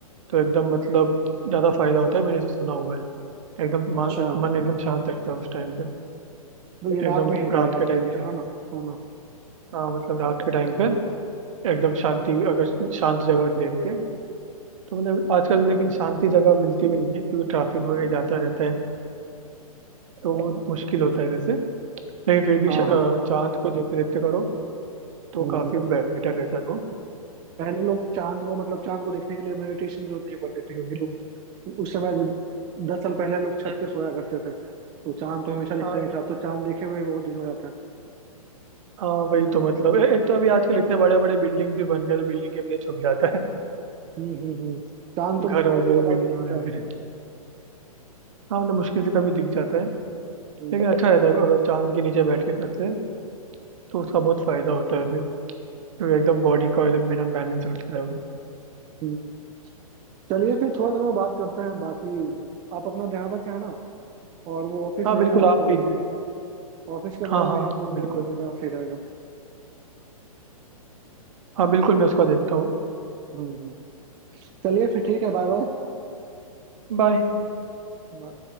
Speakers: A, on the right; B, on the right.
A: तो एकदम मतलब ज़्यादा फायदा होता है मैंने ऐसे सुना हुआ है एकदम
B: अच्छा
A: मन मन एकदम शांत रहता है उस टाइम पे
B: तो ये
A: एकदम
B: रात में ही हो
A: रात
B: पाएगा
A: के
B: मेडिटेशन
A: टाइम पे
B: है ना है ना
A: हाँ मतलब रात के टाइम पे
B: हम्म,
A: एकदम शांति
B: हम्म,
A: भी अगर शांत जगह देख के तो मतलब आजकल लेकिन शांति जगह मिलती भी नहीं है क्योंकि ट्रैफिक वगैरह जाता रहता है तो वो मुश्किल होता है वैसे लेकिन फिर भी
B: हाँ
A: श- अ,
B: हाँ
A: चांद को देखते देखते करो तो
B: हम्म
A: काफ़ी बेटर रहता है वो
B: पहले लोग चांद को मतलब चांद को देखने के लिए मेडिटेशन की जरूरत नहीं पड़ती थी क्योंकि लोग उस समय दस साल पहले लोग छत
A: हम्म,
B: पे सोया करते थे तो चांद तो हमेशा दिखता
A: हाँ
B: ही
A: बिल्कुल
B: था अब तो चांद देखे हुए बहुत दिन हो जाता है
A: हाँ वही तो मतलब ए- एक तो अभी आजकल इतने बड़े बड़े बिल्डिंग भी बन गए तो बिल्डिंग के पीछे छुप जाता है
B: हम्म हम्म हम्म चांद तो बहुत
A: घर वगैरह
B: दिनों बाद
A: बिल्डिंग
B: ही
A: वगैरह
B: दिखता है
A: हाँ मतलब मुश्किल से कभी दिख जाता है
B: हम्म,
A: लेकिन अच्छा रहता है अगर चांद के नीचे बैठ के करते हैं तो उसका बहुत फायदा होता है फिर क्योंकि एकदम बॉडी का एकदम बिना बैलेंस रखता है वो
B: हम्म। चलिए फिर थोड़ी देर में बात करते हैं बाकी आप अपना ध्यान रखें है ना और वो ऑफिस
A: हाँ
B: ले
A: बिल्कुल
B: लें आप
A: आप
B: बगल
A: भी
B: में ऑफिस के
A: हाँ
B: बगल
A: हाँ
B: में ही आप रूम
A: बिल्कुल
B: ले लें तो ज़्यादा सही रहेगा
A: हाँ बिल्कुल मैं उसका देखता हूँ
B: हम्म हम्म, हम्म। चलिए फिर ठीक है बाय
A: बाय
B: बाय